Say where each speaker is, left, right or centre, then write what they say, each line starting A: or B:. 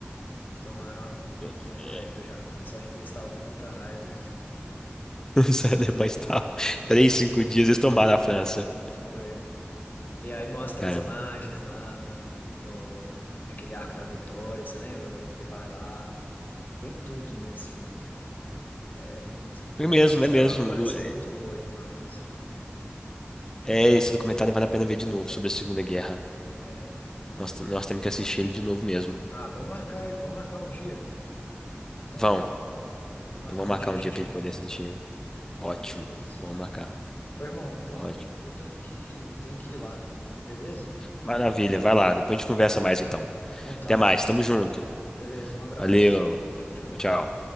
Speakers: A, on the left; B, on the left.
A: tomaram um
B: <laughs>
A: tempo recorde já. A França, acho que eles estavam com tanta raiva.
B: Sério, mas tal. Três, cinco dias eles tomaram a França.
A: <laughs> Foi. E aí mostra
B: É,
A: as imagens lá no, no, naquele Arco da Vitória, você lembra? O Hitler vai lá. Tem tudo nesse filme, cara. É muito.
B: é mesmo,
A: é, Eles fizeram
B: é mesmo.
A: uma coleção
B: É,
A: muito boa de imagens.
B: é, esse documentário vale a pena ver de novo sobre a Segunda Guerra.
A: É.
B: Nós, nós temos que assistir ele de novo mesmo.
A: Ah, vamos marcar, aí- vamos marcar um dia. Que tal?
B: Vão,
A: Vamos marcar
B: eu vou marcar
A: um dia e
B: um
A: a gente
B: dia pra gente
A: vê.
B: poder assistir. Ótimo,
A: Então, beleza.
B: vamos marcar.
A: Ô, irmão, então
B: Ótimo.
A: eu tenho que, tenho que ir lá. Beleza?
B: Maravilha, vai lá, depois a gente conversa mais então.
A: Então tá.
B: Até mais, tamo junto.
A: Beleza, um abraço.
B: Valeu,
A: Tchau, tchau.
B: tchau. tchau.